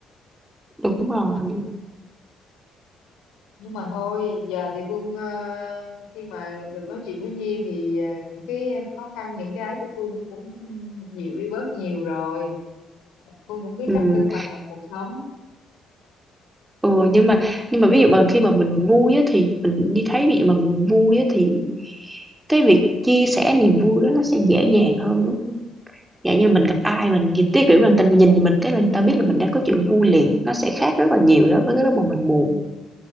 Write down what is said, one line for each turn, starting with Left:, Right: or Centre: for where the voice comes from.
Right: đúng rồi
Left: nhưng mà thôi giờ thì Phương ờ, khi mà được nói chuyện với Nhi thì ờ, những cái khó khăn những cái ấy của Phương nó cũng dịu đi bớt nhiều rồi Phương cũng biết
Right: ừ.
Left: cách cân bằng lại cuộc sống
Right: ừ nhưng mà nhưng mà ví dụ mà khi mà mình vui á thì mình đi thấy ví dụ mà mình vui á thì cái việc chia sẻ niềm vui đó nó sẽ dễ dàng hơn đúng không? Dạng như mình gặp ai mình thì cái kiểu là người ta nhìn mình cái là người ta biết là mình đang có chuyện vui liền nó sẽ khác rất là nhiều so với cái lúc mà mình buồn